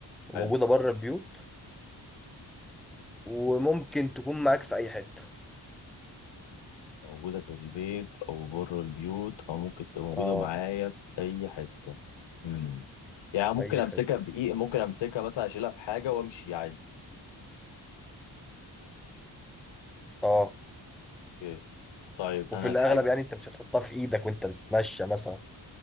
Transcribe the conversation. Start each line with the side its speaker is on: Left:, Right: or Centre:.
Centre: وموجودة
Left: حلو
Centre: بره البيوت وممكن تكون معاك في أي حتة
Left: موجودة في البيت أو بره البيوت أو ممكن تبقى موجودة
Centre: اه
Left: معايا في أي حتة مم. يعني ممكن
Centre: اي
Left: أمسكها
Centre: حته
Left: بإيه ممكن أمسكها مثلا أشيلها في حاجة وأمشي عادي
Centre: اه
Left: اوكي طيب
Centre: وفي
Left: أنا
Centre: الاغلب
Left: الحاجة
Centre: يعني انت مش هتحطها في ايدك وانت بتتمشى مثلا